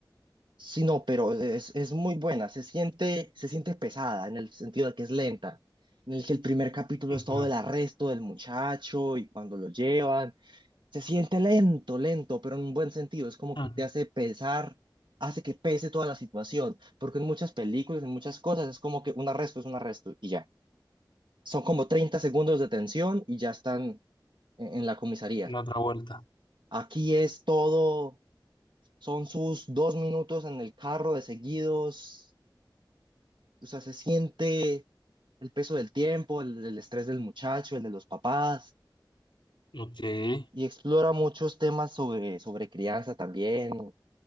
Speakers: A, on the right; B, on the left.
A: Sí, no, pero es, es muy buena, se siente, se siente pesada en el sentido de que es lenta, en el que el primer capítulo
B: Ujú.
A: es todo el arresto del muchacho y cuando lo llevan, se siente lento, lento, pero en un buen sentido, es como
B: Mm,
A: que te hace pesar, hace que pese toda la situación, porque en muchas películas, en muchas cosas, es como que un arresto es un arresto y ya. Son como 30 segundos de tensión y ya están en, en la comisaría.
B: La otra vuelta.
A: Aquí es todo, son sus dos minutos en el carro de seguidos, o sea, se siente el peso del tiempo, el, el estrés del muchacho, el de los papás,
B: Ok. Eh,
A: y explora muchos temas sobre, sobre crianza también. O